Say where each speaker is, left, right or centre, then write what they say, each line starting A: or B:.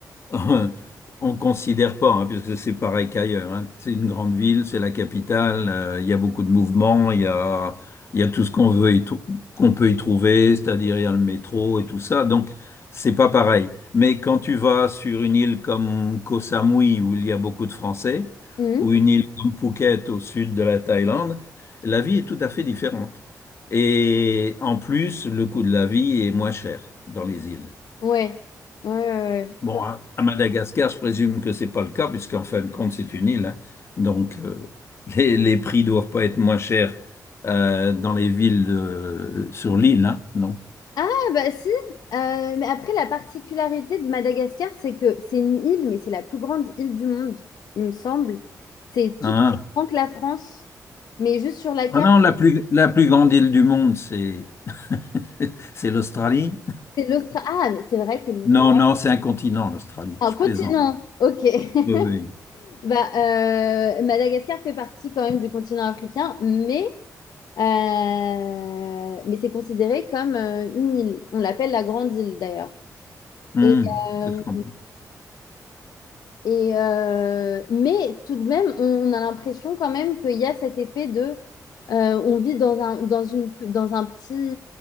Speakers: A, on the left; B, on the left.
A: <laughs> On considère pas, hein, puisque c'est pareil qu'ailleurs. hein. C'est une grande ville, c'est la capitale, euh, il y a beaucoup de mouvements, il y a, il y a tout ce qu'on veut y trou- qu'on peut y trouver, c'est-à-dire il y a le métro et tout ça. Donc, c'est pas pareil. Mais quand tu vas sur une île comme Koh Samui, où il y a beaucoup de Français,
B: Mhm.
A: ou une île comme Phuket au sud de la Thaïlande, la vie est tout à fait différente. Et en plus, le coût de la vie est moins cher dans les îles.
B: Ouais. Ouais, ouais, ouais.
A: Bon, à, à Madagascar, je présume que c'est pas le cas, puisqu'en fin de compte, c'est une île. hein. Donc, euh, <laughs> les, les prix doivent pas être moins chers euh, dans les villes euh, sur l'île, hein, non?
B: Ah bah si, Euh, mais après la particularité de Madagascar, c'est que c'est une île, mais c'est la plus grande île du monde, il me semble. C'est
A: Hein?
B: tout aussi grand que la France, mais juste sur la carte,
A: Ah non, la plus, la plus grande île du monde, c'est <laughs> c'est l'Australie.
B: c'est l'Australie. Ah mais c'est vrai que l'Aust-
A: Non, non, c'est un continent, l'Australie.
B: un
A: Je
B: continent,
A: plaisante.
B: ok. <laughs>
A: Oui, oui.
B: Bah euh, Madagascar fait partie quand même du continent africain, mais euh, mais c'est considéré comme euh, une île. On l'appelle la grande île d'ailleurs.
A: Hmm,
B: Et euh,
A: ça, je comprends.
B: Et euh, mais tout de même, on a l'impression quand même qu'il y a cet effet de, euh, on vit dans un, dans une, dans un petit,